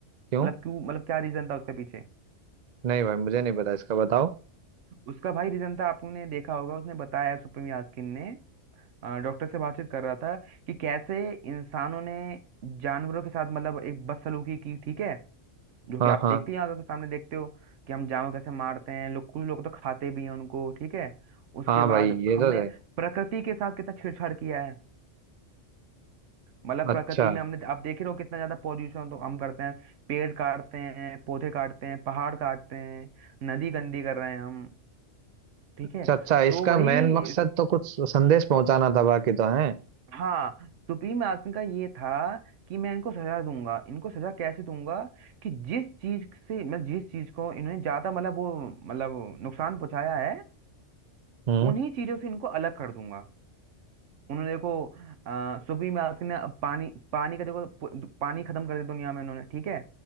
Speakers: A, on the right; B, on the right.
A: क्यों
B: मतलब क्यों मतलब क्या रीजन था उसके पीछे
A: नहीं भाई मुझे नहीं पता इसका बताओ
B: उसका भाई रीजन था आपने देखा होगा उसने बताया सुप्रीम यास्किन ने डॉक्टर से बातचीत कर रहा था कि कैसे इंसानों ने जानवरों के साथ मतलब एक बदसलूकी की ठीक है जो
A: हाँ
B: कि आप
A: हाँ
B: देखते ही आंखों के सामने देखते हो कि हम जानवर कैसे मारते हैं लोग कुछ लोग तो खाते भी हैं उनको ठीक है उसके
A: हाँ
B: बाद
A: भाई ये
B: हमने
A: तो है
B: प्रकृति के साथ कितना छेड़छाड़ किया है मतलब
A: अच्छा
B: प्रकृति में हमने आप देख ही रहे हो कितना ज्यादा पॉल्यूशन तो हम करते हैं पेड़ काटते हैं पौधे काटते हैं पहाड़ काटते हैं नदी गंदी कर रहे हैं हम ठीक
A: अच्छा
B: है
A: अच्छा
B: तो
A: इसका
B: वही
A: मेन मकसद तो कुछ संदेश पहुंचाना था बाकी तो है
B: हाँ सुप्रीम आदमी का ये था कि मैं इनको सजा दूंगा इनको सजा कैसे दूंगा कि जिस चीज से मैं जिस चीज को इन्होंने ज्यादा मतलब वो मतलब नुकसान पहुंचाया है
A: हम्म
B: उन्हीं चीजों से इनको अलग कर दूंगा उन्होंने देखो अ, सुप्रीम आदमी ने अब पानी पानी का देखो पु- पानी खत्म कर दिया दुनिया में उन्होंने ठीक है